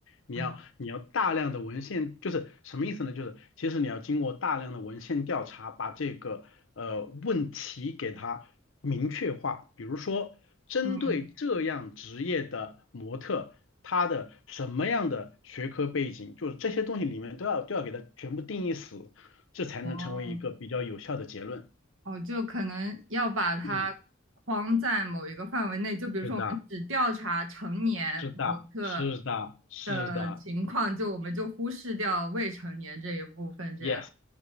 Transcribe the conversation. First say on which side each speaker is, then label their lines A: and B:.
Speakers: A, on the left (about 75°); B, on the right (about 80°).
A: 你要你要大量的文献，
B: 啊？
A: 就是什么意思呢？就是其实你要经过大量的文献调查，把这个呃问题给它明确化。比如说，针对这样职业的模特，
B: 嗯，
A: 他的什么样的学科背景，就是这些东西里面都要都要给它全部定义死，这才能成为一个比较有效的结论。
B: 哦。哦，就可能要把它框在某一个范围内，
A: 嗯，
B: 就比如说我们只调查成年模特
A: 是的。是的，是的，是的
B: 的情况，就我们就忽视掉未成年这一部分，这样。
A: ，yes，